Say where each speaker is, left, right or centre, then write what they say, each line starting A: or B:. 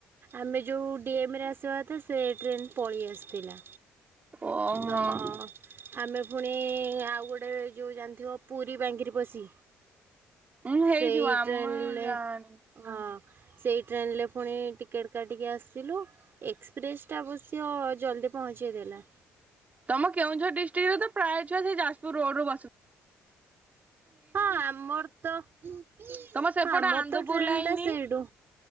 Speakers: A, on the right (about 50°); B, on the right (about 30°).
A: ଆମେ ଯଉଁ ଡି ଏମ୍ ରେ ଆସିବା କଥା, ସେ ଟ୍ରେନ୍ ପଳେଇ ଆସିଥିଲା
B: ଓହୋ।
A: ଦଅ-ଅ ଆମେ ପୁ ପୁଣି-ଇ-ଇ ଆଉ ଗୋଟେ ଯଉ ଜାଣିଥିବ, ପୁରୀ ବାଙ୍ଗିରିପୋଷି!
B: ଉଁ ହେଇଥିବ
A: ସେଇ
B: ଆମେ
A: ଟ୍ରେନଲେ,
B: ଜାଣି
A: ହଁ। ସେଇ ଟ୍ରେନଲେ ପୁଣି ଟିକେଟ୍ କାଟିକି ଆସିଲୁ। ଏକ୍ସପ୍ରେସଟା ଅବଶ୍ୟ ଜଲ୍ଦ ପହଞ୍ଚେଇ ଦେଲା।
B: ତମ କେଉଁଝର ଡିଷ୍ଟ୍ରିକ୍ଟରେ ତ ପ୍ରାୟ ଛୁଆ ସେଇ ଯାଜପୁର ରୋଡ୍ ରୁ ବସୁ
A: ହଁ, ଆମର ତ! ହଁ,
B: ତମ ସେପଟେ
A: ଆମର
B: ଆନ୍ଦପୁର
A: ତ ଟ୍ରେନ
B: ଲାଇନ
A: ଟା ସେଇଠୁ।